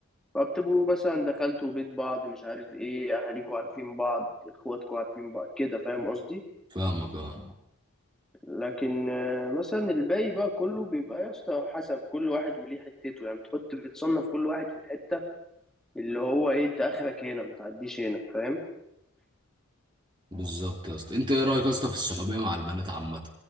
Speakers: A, in the centre; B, on the right.
A: فبتبقوا مثلا دخلتوا بيت بعض مش عارف ايه اهاليكوا عارفين بعض اخواتكوا عارفين بعض كده فاهم قصدي
B: فاهمك اه
A: لكن آه، مثلا الباقي بقى كله بيبقى يا اسطى حسب كل واحد وليه حتته يعني بتحط بتصنف كل واحد في الحتة اللي هو ايه انت اخرك هنا ما تعديش هنا فاهم
B: بالظبط يا اسطى انت ايه رايك يا اسطى في الصحوبية مع البنات عامة